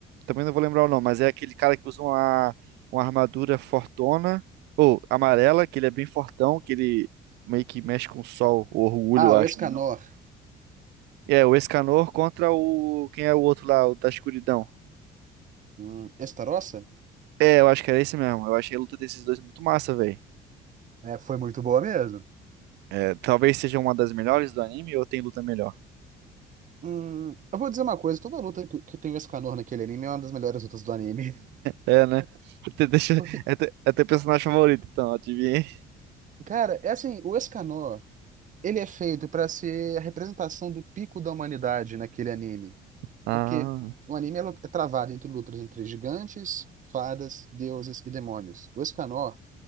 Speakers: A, on the right; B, on the right.
A: Também não vou lembrar o nome, mas é aquele cara que usa uma, uma armadura fortona, ou amarela, que ele é bem fortão, que ele meio que mexe com o sol, o orgulho,
B: Ah,
A: eu acho,
B: o Escanor,
A: né? Não? É, o Escanor contra o. Quem é o outro lá, o da escuridão?
B: hum, Estarossa,
A: É, eu acho que era esse mesmo. Eu achei a luta desses dois muito massa, velho.
B: é, foi muito boa mesmo.
A: É, talvez seja uma das melhores do anime ou tem luta melhor?
B: Hum, eu vou dizer uma coisa, toda luta que, que tem o Escanor naquele anime é uma das melhores lutas do anime.
A: É, né? Até, deixa,
B: <laughs> Porque,
A: até, até personagem favorito, então, adivinha.
B: cara, é assim, o Escanor, ele é feito pra ser a representação do pico da humanidade naquele anime.
A: Ah,
B: Porque o anime é, lu- é travado entre lutas entre gigantes, fadas, deuses e demônios. O Escanor